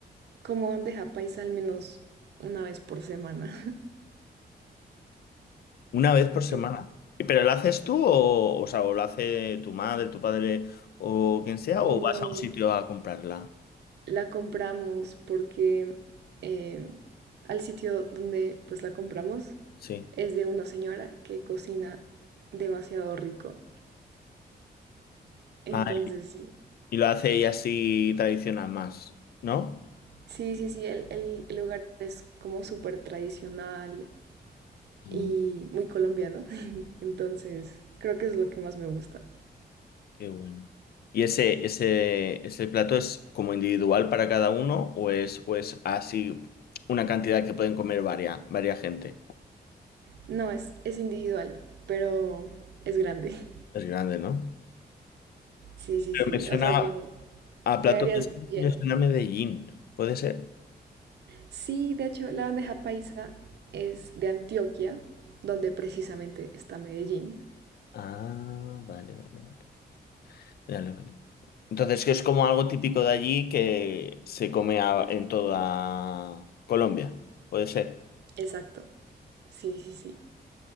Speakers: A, on the right; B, on the left.
A: como bandeja paisa al menos una vez por semana.
B: Una vez por semana.
A: <laughs>
B: ¿Pero lo haces tú o,
A: Y-
B: o sea, o lo hace tu madre, tu padre o quien sea,
A: No,
B: o vas a un sitio a comprarla?
A: la compramos porque eh, al sitio donde pues la compramos
B: Sí.
A: es de una señora que cocina demasiado rico. Entonces
B: Ah,
A: sí,
B: y lo hace ella así tradicional más, ¿no?
A: sí, sí, sí, el, el- el lugar es como súper tradicional
B: Mm,
A: y muy colombiano. <laughs> Entonces creo que es lo que más me gusta.
B: qué bueno. ¿Y ese, ese, ese plato es como individual para cada uno o es, o es así una cantidad que pueden comer varia, varia gente?
A: No, es, es individual, pero es grande. <laughs>
B: Es grande, ¿no?
A: Sí, sí,
B: Pero
A: sí.
B: me suena
A: O sea, yo
B: a
A: quedaría
B: plato,
A: lleno.
B: me suena a Medellín, ¿puede ser?
A: Sí, de hecho, la bandeja paisa es de Antioquia, donde precisamente está Medellín.
B: Ah, vale, vale, vale. Vale, vale. Entonces, que es como algo típico de allí que se come a- en toda Colombia, ¿puede ser?
A: Exacto, sí, sí, sí.